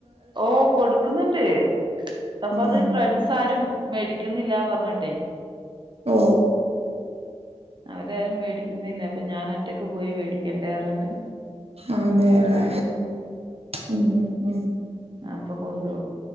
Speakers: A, on the right; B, on the right.
A: ഓ കൊടുക്ക്ന്ന്ണ്ട് അപ്പത്
B: ഉം ഉം
A: ഫ്രൺസാരും മേടിക്കുന്നില്ലാ പറഞ്ട്ടെ
B: ഓ
A: അവരാരും മേടിക്കുന്നില്ല അപ്പൊ ഞാനൊറ്റക്ക് പോയി വേടിക്കണ്ടേ അറഞ്ഞട്ട്
B: അതേല്ലേ ഉം ഉം ഉം
A: അപ്പ കൊണ്ടൂ